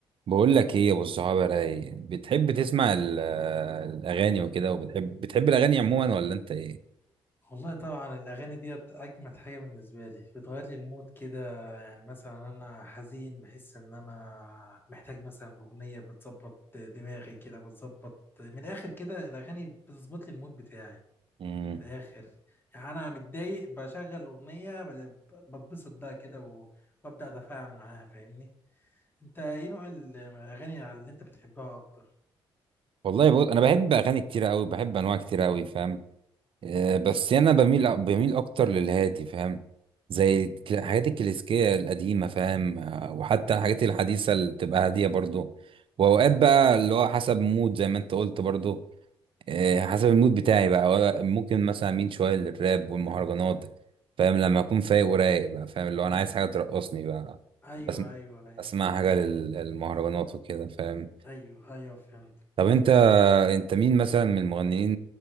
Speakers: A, on the right; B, on the left.
A: بقول لك ايه يا ابو الصحابه راي بتحب تسمع ال- الاغاني وكده وبتحب بتحب الاغاني عموما ولا انت ايه
B: والله طبعا الأغاني ديت أجمد حاجة بالنسبة لي بتغير لي المود كده يعني مثلا أنا حزين بحس إن أنا محتاج مثلا أغنية بتظبط دماغي كده بتظبط من الآخر كده الأغاني بتظبط لي المود بتاعي
A: امم
B: من الآخر يعني أنا متضايق بشغل أغنية بت- بتبسط بقى كده و- وأبدأ أتفاعل معاها فاهمني أنت إيه نوع الأغاني اللي أنت بتحبها أكتر؟
A: والله بقول انا بحب اغاني كتير قوي بحب انواع كتير قوي فاهم آه بس انا بميل بميل اكتر للهادي فاهم زي الك-
B: مم.
A: الحاجات الكلاسيكيه القديمه فاهم آه، وحتى الحاجات الحديثه اللي تبقى هاديه برضو واوقات بقى اللي هو حسب مود زي ما انت قلت برضو آه، حسب المود بتاعي بقى ولا- ممكن مثلا اميل شويه للراب والمهرجانات فاهم لما اكون فايق ورايق بقى فاهم اللي هو انا عايز حاجه ترقصني بقى
B: أيوه
A: بس
B: أيوه أيوه
A: اسمع حاجه لل- للمهرجانات وكده فاهم
B: أيوه أيوه فهمت
A: طب انت انت مين مثلا من المغنيين